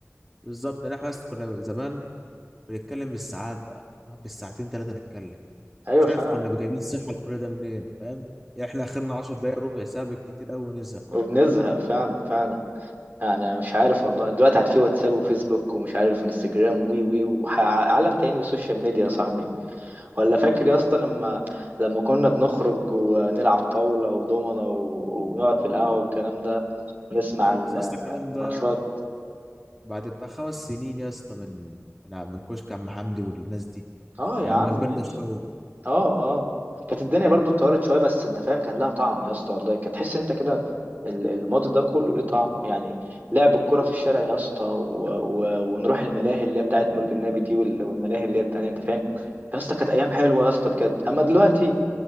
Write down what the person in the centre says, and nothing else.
بالظبط يعني احنا اصلا كنا زمان بنتكلم بالساعات بقى نقعد بالساعتين ثلاثة نتكلم
مش
عارف كنا جايبين صحة لكل ده منين فاهم يعني احنا اخرنا 10 دقايق ربع ساعة بالكتير قوي ونزهق
بالظبط
بس اصل الكلام
ده بعد بتاع خمس سنين يا اسطى من من ع- من كشك عم حمدي والناس دي
يعني
لما كبرنا
شوية